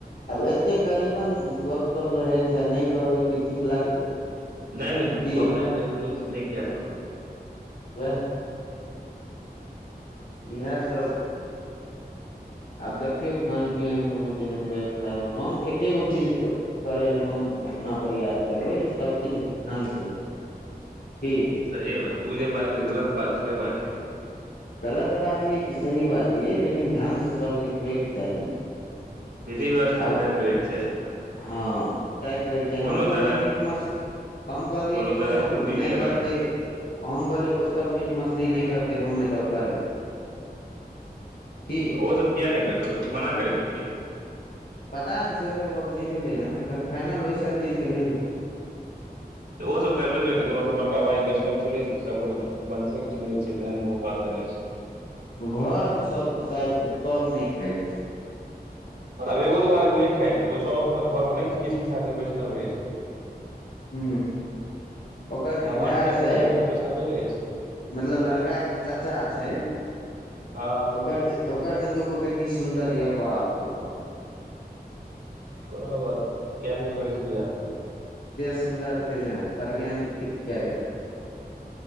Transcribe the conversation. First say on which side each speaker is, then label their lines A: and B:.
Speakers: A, on the left; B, on the right.
A: आब एते करीबन गपशप रहै छैय आ नहि कहबै तऽ ई ठीक लागतै
B: नहि नहि
A: की
B: कहनाय तऽ जरूरी छैय नहि किये कहबय
A: वैह नऽ इहे सब आब देखियौ खान पियन सब मे जेहन व्यवस्था होय हम एके गो चीज कऽ करै लय हम अपना प्रयास करबै जे सब चीज ढंग से होय की
B: सहीये बात तू जे बाजबिही गलत बात थोड़े बाजबही
A: गलत बाजियै कि सही बाजियै लेकिन ढंग सऽ सभ किछु होयके चाही
B: विधि व्यवस्था
A: आब
B: टाइट रहैके चाही
A: हँ टाइट रहैके चाही
B: कोनो
A: हम कहलियै
B: तरहक
A: मीट मछली हम कहलियै
B: कोनो
A: जे ओ
B: तरहक
A: सब
B: त्रुटि
A: नहि
B: हेबाक
A: करतै
B: चाही
A: हम कहलियै ओ सब मीट मछली नहि करतै हम एतऽ करबै की
B: ओहो सब किये नहि करतै ओ सब मना करै छौ की
A: पता नहि से सब गप नहि भेलै हें एखन फाइनल ओहिसभ चीजके नहि भेलै हें
B: तऽ ओहो सब करबे करतै कोनो ओ सब बड़का भारी वैष्णव तोड़े सबके तऽ वंशे के चिन्है छियै तेहन कोनो बात ते नहि छैय
A: घर मऽ सब शायद सब नहि खाय छैय
B: आब एगो दूगो आदमी नहि खाइत हेतै तऽ सबहक घ घर मे नहि किछ किछ आदमी वैष्णव रहैय छैय
A: हुँ ओकर जे
B: नमहर
A: भााय छैय
B: आदमी भए जाइ छौ तऽ वैष्णवे रहै छै
A: मतलब लड़का के जे चाचा छैय
B: हँ
A: ओकर ओकर जे दूगो बेटी सुन्दर यऽ बाप रौ बाप
B: कोनो बात नहि कय लिहें ओकरे सऽ वियाह
A: ऐते सुन्दर छैय जे प्रज्ञान के फिट कय देलियै